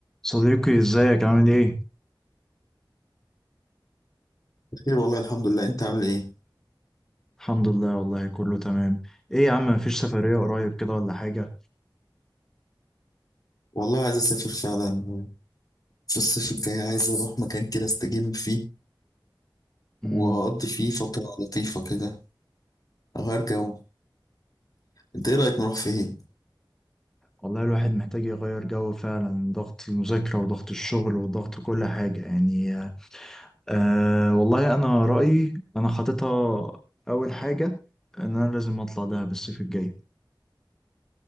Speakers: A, in the centre; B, on the left.
A: صديقي ازيك عامل ايه؟
B: خير والله الحمد لله انت عامل ايه
A: الحمد لله والله كله تمام ايه يا عم مفيش سفرية قريب كده ولا حاجة؟
B: والله عايز اسافر فعلا في الصيف الجاي عايز اروح مكان كده استجم فيه
A: امم
B: واقضي فيه فترة لطيفة كده اغير جو انت ايه رأيك نروح فين
A: والله الواحد محتاج يغير جو فعلا ضغط المذاكرة وضغط الشغل وضغط كل حاجة يعني آه والله انا رأيي انا حاططها اول حاجة ان انا لازم اطلع دهب الصيف الجاي